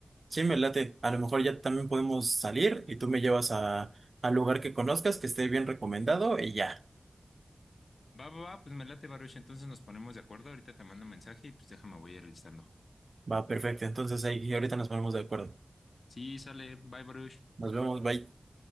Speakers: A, on the right; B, on the left.
A: Sí, me late. A lo mejor ya también podemos salir y tú me llevas a, al lugar que conozcas, que esté bien recomendado y ya.
B: Va, va, va, pues me late, Baruch. Entonces nos ponemos de acuerdo. Ahorita te mando un mensaje y pues déjame, voy a ir listando.
A: Va, perfecto. Entonces ahí ahorita nos ponemos de acuerdo.
B: Sí, sale. Bye, Baruch.
A: Nos vemos, bye.